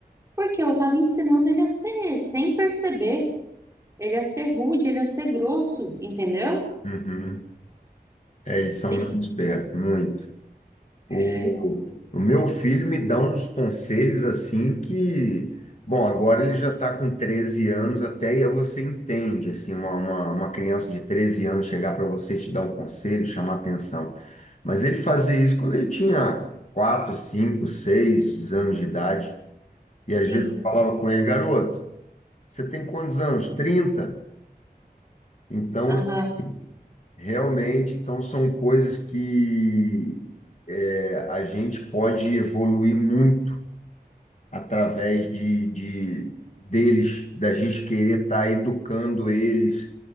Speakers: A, on the right; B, on the left.
A: Porque eu tava ensinando ele a ser, sem perceber, ele a ser rude, ele a ser grosso, entendeu?
B: Uhum. É, eles são
A: Sem-
B: muito espertos, muito.
A: <laughs>
B: O, o meu filho me dá uns conselhos assim que, bom, agora ele já está com 13 anos, até aí você entende, assim, uma, uma, uma criança de 13 anos chegar para você e te dar um conselho, chamar atenção. Mas ele fazia isso quando ele tinha 4 5 6 anos de idade, e
A: Sim,
B: às vezes eu falava com ele, garoto, você tem quantos anos? trinta Então,
A: aham.
B: assim, realmente, então são coisas que eh, a gente pode evoluir muito através de, de deles, da gente querer estar educando eles,